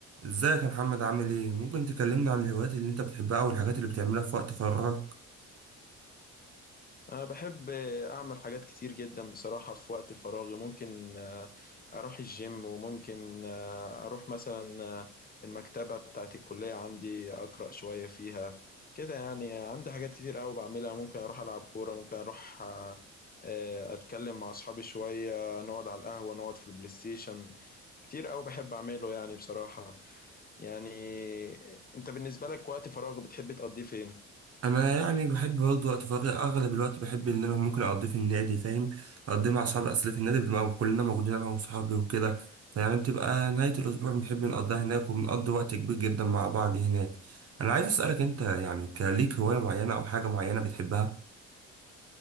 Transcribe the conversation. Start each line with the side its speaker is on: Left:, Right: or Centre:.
Right: ازيك يا محمد عامل ايه؟ ممكن تكلمنا عن الهوايات اللي انت بتحبها او الحاجات اللي بتعملها في وقت فراغك؟
Left: أنا بحب أعمل حاجات كتير جدا بصراحة في وقت فراغي ممكن آه، أروح الجيم وممكن آه، أروح مثلا آه، المكتبة بتاعت الكلية عندي أقرأ شوية فيها كده يعني عندي حاجات كتير أوي بعملها ممكن أروح ألعب كورة ممكن أروح آه، آه، أتكلم مع أصحابي شوية نقعد على القهوة نقعد في البلاي ستيشن كتير أوي بحب أعمله يعني بصراحة يعني آه، أنت بالنسبة لك وقت فراغ بتحب تقضيه فين؟
Right: انا يعني بحب برضه وقت فراغي اغلب الوقت بحب ان انا ممكن اقضيه في النادي فاهم؟ اقضيه مع اصحابي اصل في النادي بنبقى كلنا موجودين انا واصحابي وكده فيعني بتبقى نهاية الاسبوع بنحب نقضيها هناك وبنقضي وقت كبير جدا مع بعض هناك. انا عايز اسألك انت يعني كليك هواية معينة او حاجة معينة بتحبها؟